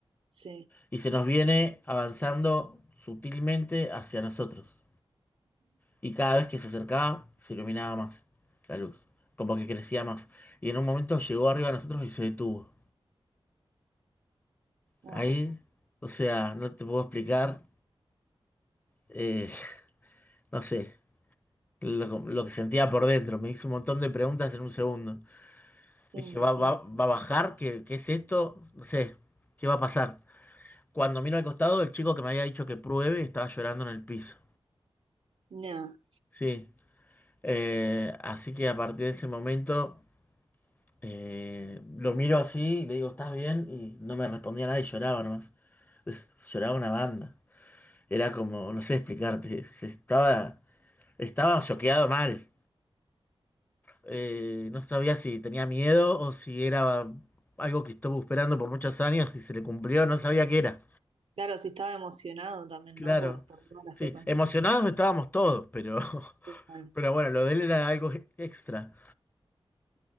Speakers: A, on the right; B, on the left.
A: Sí.
B: Y se nos viene avanzando sutilmente hacia nosotros. Y cada vez que se acercaba, se iluminaba más la luz, como que crecía más. Y en un momento llegó arriba a nosotros y se detuvo.
A: Wow.
B: Ahí, o sea, no te puedo explicar, eh, <laughs> no sé, lo, lo que sentía por dentro. Me hizo un montón de preguntas en un segundo.
A: Sí,
B: Dije,
A: me imagino.
B: ¿va, va, va a bajar? ¿Qué, qué es esto? No sé, ¿qué va a pasar? Cuando miro al costado, el chico que me había dicho que pruebe estaba llorando en el piso.
A: Nada.
B: Sí, eh, así que a partir de ese momento eh, lo miro así, le digo, ¿estás bien? Y no me respondía nada y lloraba nomás. Es- Lloraba una banda. Era como, no sé explicarte, se estaba Estaba choqueado mal. Eh, no sabía si tenía miedo o si era algo que estuvo esperando por muchos años y se le cumplió, no sabía qué era.
A: Claro, sí estaba emocionado también,
B: Claro.
A: ¿no? Por, por toda la
B: Sí,
A: secuencia.
B: emocionados estábamos todos, pero, <laughs>
A: Sí, vale.
B: pero bueno, lo de él era algo e- extra.